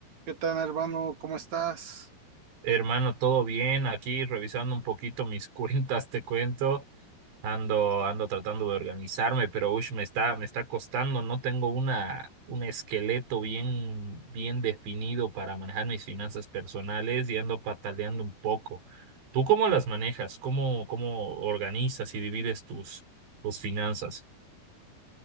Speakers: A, on the right; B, on the right.
A: ¿Qué tal, hermano? ¿Cómo estás?
B: Hermano, todo bien, aquí revisando un poquito mis <laughs> cuentas, te cuento. Ando, ando tratando de organizarme, pero uy, me está, me está costando. No tengo una, un esqueleto bien, bien definido para manejar mis finanzas personales y ando pataleando un poco. ¿Tú cómo las manejas? ¿Cómo, cómo organizas y divides tus, tus finanzas?